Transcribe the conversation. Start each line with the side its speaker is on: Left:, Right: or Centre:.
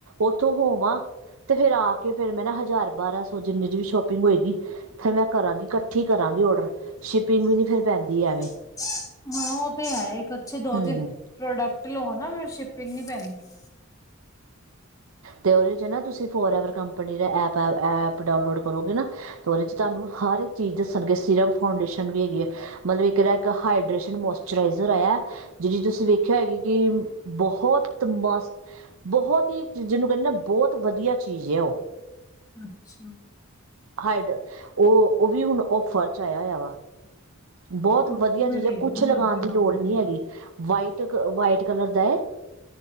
Right: ਉੱਥੋਂ ਹੋਵਾਂ, ਤੇ ਫੇਰ ਆ ਕੇ ਫੇਰ ਮੈਂ ਨਾ ਹਜ਼ਾਰ ਬਾਰਾਂ ਸੌ ਜਿੰਨੀ ਦੀ ਵੀ ਸ਼ੋਪਿੰਗ ਹੋਏਗੀ ਫੇਰ ਮੈਂ ਕਰਾਂਗੀ ਕੱਠੀ ਕਰਾਂਗੀ ਔਡਰ ਸ਼ਿਪਿੰਗ ਵੀ ਨੀ ਫੇਰ ਪੈਂਦੀ ਐਵੇ।
Left: <inaudible> ਹਾਂ ਉਹ ਤੇ ਹੈ ਈ ਇੱਕ ਅੱਛੇ ਦੋ
Right: ਹੂੰ
Left: ਤਿੰਨ, ਪ੍ਰੋਡਕਟ ਲੋ ਨਾ ਫੇਰ ਸ਼ਿਪਿੰਗ ਨੀ ਪੈਂਦੀ।
Right: ਤੇ ਓਦੇ ਚ ਨਾ ਤੁਸੀਂ ਫੋਰ ਐਵਰ ਕੰਪਨੀ ਦਾਪ ਐਪ ਅ ਅ ਐਪ ਡਾਊਨਲੋਡ ਕਰੋਗੇ ਨਾ ਓਦੇ ਚ ਧਾਨੂੰ ਹਾਰ ਏ ਚੀਜ਼ ਦੱਸਣਗੇ ਸੀਰਮ ਫਾਊਂਡੇਸ਼ਨ ਵੀ ਹੈਗੀ ਐ ਮਲਬ ਇੱਕ ਐਦਾ ਇੱਕ ਹਾਈਡਰੇਸ਼ਨ ਮੋਇਸਚਰਾਈਜ਼ਰ ਆਏਆ ਜੇ ਜਸ ਵੇਖਿਆ ਹੈਗੀ ਕੀ, ਬਹੋਤ ਮਸ ਬਹੋਤ ਹੀ ਜੇਨੂੰ ਕੈਨੇ ਬੋਤ ਵਧੀਆ ਚੀਜ਼ ਏ ਓ।
Left: ਅੱਛਾ।
Right: ਹਾਈ ਡ ਓ ਓ ਵੀ ਹੁਣ ਔ ਫਰ ਚ ਆਇਆ ਹੋਇਆ ਵਾ। ਬੋਤ
Left: ਕੋਈ
Right: ਵਧੀਆ
Left: ਨੀ ਮੈਂ
Right: ਚੀਜ਼
Left: ਵੇਖਦੀ
Right: ਆ ਕੁੱਛ ਲਗਾਣ
Left: ਫਿਰ
Right: ਦੀ
Left: ਡਾਊਨਲੋਡ
Right: ਲੋੜ ਨੀ ਹੈਗੀ
Left: ਕਰਕੇ
Right: ਵਾਈਟਗ ਵਾਈਟ ਕਲਰ ਦਾ ਐ,